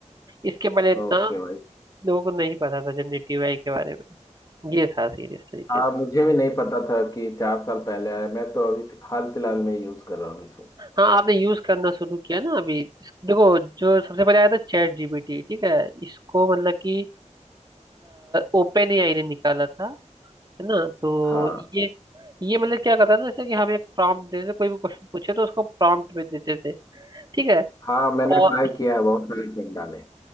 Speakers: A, on the right; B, on the left.
A: इसके पहले इतना
B: ओके भाई
A: लोगों को नहीं पता था जनरेटिव एआई के बारे में ये था सीरियस तरीके
B: हाँ
A: से
B: मुझे भी नहीं पता था कि चार साल पहले आया मैं तो अभी फि- हाल फिलहाल में यूज कर रहा हूँ इसको
A: हाँ आपने यूज करना शुरू किया ना अभी इस- देखो जो सबसे पहले आया था चैट जीपीटी ठीक है इसको मतलब कि ओपन एआई ने निकाला था है ना तो
B: हाँ
A: ये ये मतलब क्या करता था जैसे कि हम एक प्रॉम्प्ट देते थे कोई भी क्वेश्चन पूछे तो उसको प्रॉम्प्ट में देते थे ठीक है
B: हाँ मैंने
A: और
B: ट्राई किया है बहुत सारे पिंडा ने